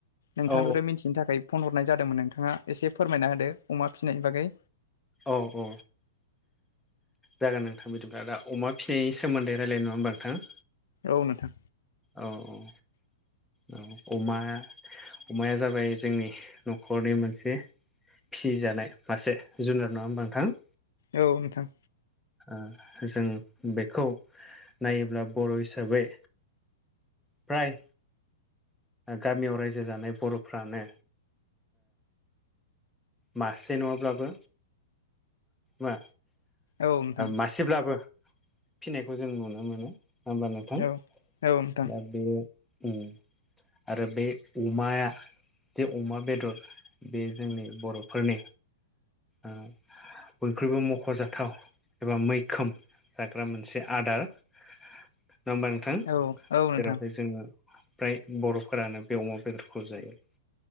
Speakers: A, on the left; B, in the centre.
A: नोंथांनिफ्राय
B: औ
A: मिथिनो थाखाय फन हरनाय जादोंमोन नोंथाङा एसे फोरमायना हदो अमा फिनायनि बागै।
B: औ औ जागोन नोंथां बिदिब्ला दा अमा फसिनायनि सोमोन्दै रायलायनो नङा होमबा नोंथां।
A: औ नोंथां
B: औ औ औ अमा अमाया जाबाय जोंनि न'खरनि मोनसे फि जानाय मासे जुनार नङा होनबा नोंथां।
A: औ नोंथां
B: ओ जों बेखौ नायोब्ला बर' हिसाबै फ्राय गामियाव रायजो जानाय बर'फ्रानो मासे नङाब्लाबो मा
A: औ नोंथां
B: मासेब्लाबो फिनायखौ जों नुनो मोनो होमबा नोंथां
A: औ औ नोंथां
B: दा बे अम आरो बे अमाया जे अमा बेदर बे जोंनि बर'फोरनि ओ बयनिख्रुइबो मख'जाथाव एबा मैखोम जाग्रा मोनसे आदार नङा होनबा नोंथां।
A: औ औ नोंथां
B: जेरावहाय जोंङो फ्राय बर'फोरानो बे अमा बेदरखौ जायो।